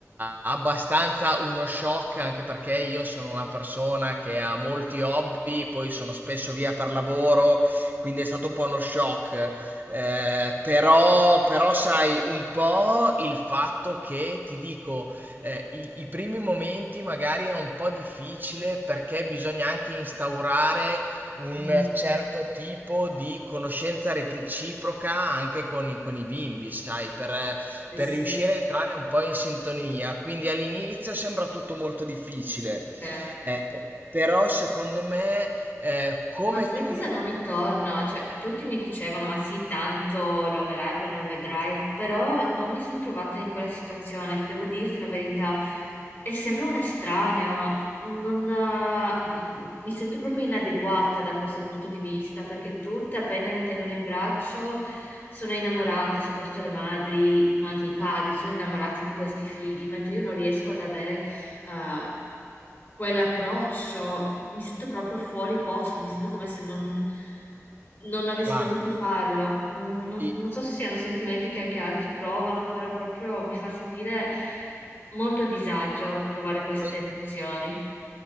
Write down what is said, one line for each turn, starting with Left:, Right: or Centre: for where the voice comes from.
Right: abbastanza uno shock, anche perché io sono una persona che ha molti hobby, poi sono spesso via per lavoro, quindi è stato un po' uno shock. Eh, però, però sai, un po' il fatto che, ti dico, eh, i, i primi momenti magari è un po' difficile perché bisogna anche instaurare un
Left: Mm,
Right: certo tipo di conoscenza reciproca anche con i, con i bimbi, sai, per,
Left: sì,
Right: per
Left: sì.
Right: riuscire a entrare un po' in sintonia. Quindi all'inizio sembra tutto molto difficile,
Left: sì.
Right: eh, pe- però secondo me, eh, come
Left: Ma sai
Right: tu
Left: cosa
Right: riesci,
Left: non mi torna? Cioè, tutti mi dicevano, ma sì, tanto lo amerai appena lo vedrai, però non mi sono trovata in quella situazione, devo dirti la verità, è sempre un estraneo, cioè, non, eh, m- mi sento proprio inadeguata da questo punto di vista, perché tutte appena li tengono in braccio sono innamorate, soprattutto le madri, ma anche i padri, sono innamorati di questi figli, mentre io non riesco ad avere eh, quell'approccio, mi sento proprio fuori posto, mi sento come se non, non avessi
Right: guarda,
Left: dovuto farlo. Quindi non, non-
Right: i-
Left: non so se siano sentimenti che anche altri provano, però proprio mi fa sentire molto a disagio provare queste
Right: lo-
Left: emozioni.